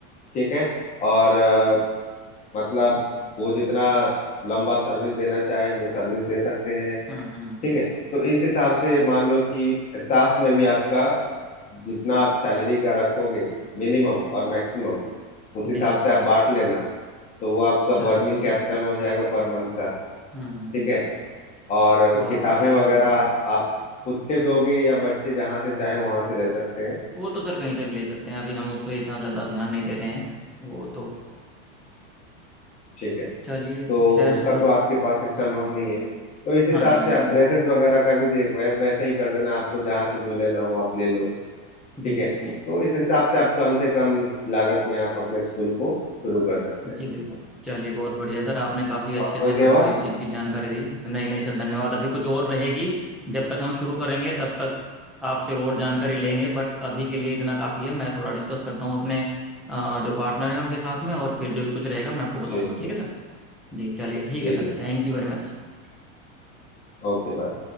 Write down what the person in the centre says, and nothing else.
हम्म हम्म, हम्म, हम्म, हम्म,
जी
चलिए
हम्म हम्म,
बहुत
बढ़िया
सर बहुत बढ़िया
वो तो सर कहीं से भी ले सकते हैं अभी हम उस पर इतना ज़्यादा ध्यान नहीं दे रहे हैं वो तो
चलिए
खैर
बहुत
हाँ जी हाँ
जी
हाँ जी
जी
जी जी
जी बिल्कुल चलिए बहुत बढ़िया सर आपने काफ़ी अच्छे
से
मेरे को इस चीज़ की जानकारी दी नहीं नहीं सर धन्यवाद अभी कुछ और रहेगी जब तक हम शुरू करेंगे तब तक आपसे और जानकारी लेंगे बट अभी के लिए इतना काफ़ी है मैं थोड़ा डिस्कस करता हूँ अपने अ, जो पार्टनर है उनके साथ में और फिर जो भी कुछ रहेगा मैं आपको बताऊंगा
ठीक
है सर जी चलिए ठीक
है sir
thank you very much